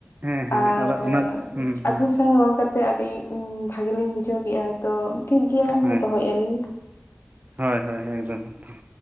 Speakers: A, on the right; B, on the left.
A: ᱦᱮᱸ ᱦᱮᱸ
B: ᱟᱨ
A: ᱟᱫᱚ ᱚᱱᱟ ᱦᱩᱸ ᱦᱩᱸ
B: ᱟᱵᱤᱱ ᱥᱟᱶ ᱨᱚᱲ ᱠᱟᱛᱮ ᱟᱹᱰᱤ ᱵᱷᱟᱜᱮᱞᱤᱧ ᱵᱩᱡᱷᱟᱹᱣ ᱠᱮᱫ-ᱟ ᱛᱚ ᱴᱷᱤᱠ ᱜᱮᱭᱟ
A: ᱦᱳᱭ
B: ᱢᱟ ᱫᱚᱦᱚᱭᱮᱫ-ᱟᱞᱤᱧ
A: ᱦᱳᱭ ᱦᱳᱭ ᱮᱠᱫᱚᱢ ᱮᱠᱫᱚᱢ